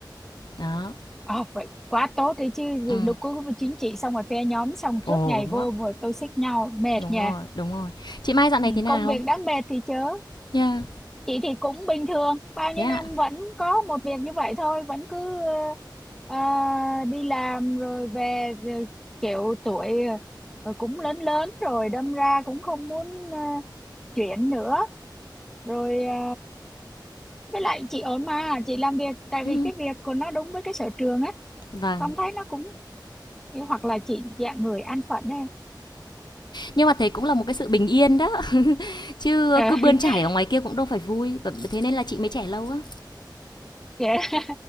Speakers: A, on the left; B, in the centre.
A: Đó.
B: Ờ, vậy quá tốt đấy chứ,
A: Ừ.
B: đục cứ chính trị xong rồi phe nhóm xong
A: Ồ
B: suốt ngày
A: đúng
B: vô
A: á.
B: vừa toxic nhau, mệt
A: Đúng
B: nhỉ.
A: rồi, đúng rồi. Chị Mai dạo này
B: Ừ,
A: thế nào?
B: công việc đã mệt thì chớ
A: Nha, yeah.
B: chị thì cũng bình thường bao nhiêu
A: thế ạ.
B: năm
A: À?
B: vẫn có một việc như vậy thôi vẫn cứ ờ, ờ, đi làm rồi về rồi kiểu tuổi ờ, cũng lớn lớn rồi đâm ra cũng không muốn ờ, chuyển nữa rồi ờ, với lại chị ổn mà chị làm việc tại
A: Ừ.
B: vì cái việc của nó đúng với cái sở trường á
A: Vâng,
B: không thấy nó cũng hoặc là chị dạng người an phận ấy.
A: nhưng mà thế cũng là một cái sự bình yên đó Chứ
B: Ờ, <laughs>
A: cứ bươn chải ở ngoài kia cũng đâu phải vui Thế nên là chị mới trẻ lâu á
B: Chị